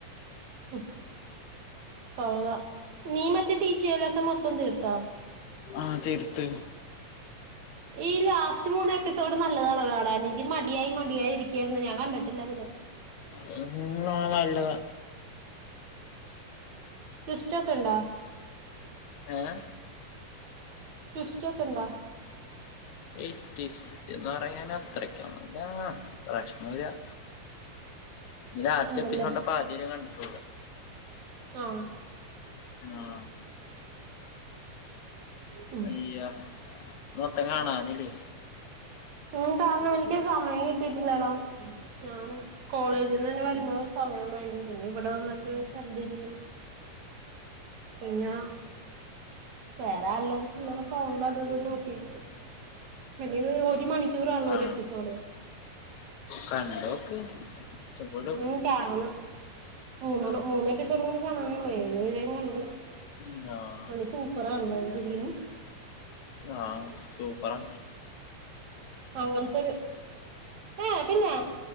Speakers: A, on the right; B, on the left.
A: ഉം കൊള്ളാം നീ മറ്റേ <unintelligible> മൊത്തൊം തീർത്ത
B: ആഹ് തീർത്ത്
A: ഈ ലാസ്റ്റ് മൂന്ന് എപ്പിസോഡ് നല്ലതാണ് കാണാൻ എനിക്ക് മടിയായി മടിയായി ഇരിക്കായിരുന്നു ഞാൻ കണ്ടിട്ടില്ല അതിനെ
B: <unintelligible> നല്ലതാ
A: ട്വിസ്റ്റൊക്കെ ഇണ്ടോ?
B: ഏഹ്
A: ട്വിസ്റ്റ് ഒക്കെ ഇണ്ടാ
B: എയ്ശ് ട്വിസ്റ്റ്ന്ന് പറയാൻ അത്രക്കൊന്നൂല്ല പ്രശ്നൊല്ല ലാസ്റ്റ്
A: ഉണ്ടല്ലേ
B: എപ്പിസോഡ്ന്റെ പാതിവരെ കണ്ടിട്ടുള്ളൂ
A: ആഹ്
B: ആഹ്
A: ഉം
B: അയ്യ മൊത്തം കാണാനില്ലേ
A: പിന്നേം കാരണം എനിക്ക് സമയം കിട്ടിട്ടില്ലടോ ഞാൻ കോളേജിന്നന്നെ വരുമ്പോ സമയം വൈകും പിന്നെ ഇവിടെ വന്നിട്ട് വെറുതെ ഇരിക്കും പിന്നാ വേറെ അല്ലറ ചില്ലറ ഫോണില് അതും ഇതും നോക്കിയിരിക്കും ഇവന്റെത് ഒരു മണിക്കൂറാണല്ലേ
B: ആഹ്
A: ഒരു എപ്പിസോഡ്
B: കണ്ടോക്ക് ഇഷ്ടപ്പെടും
A: ഉം കാണണം ഉം മൂന്നൊണ്ണു മൂന്നെപ്പിസോഡും കൂടി കാണാനുള്ളൂനി. ഏഴു വരെ കണ്ട്
B: ഉത <unintelligible>
A: നല്ല സൂപ്പറാണല്ലേ ത് ശരിക്കിനും
B: ആഹ് സൂപ്പറാണ്
A: അങ്ങൻത്തൊരു ഏ പിന്നെ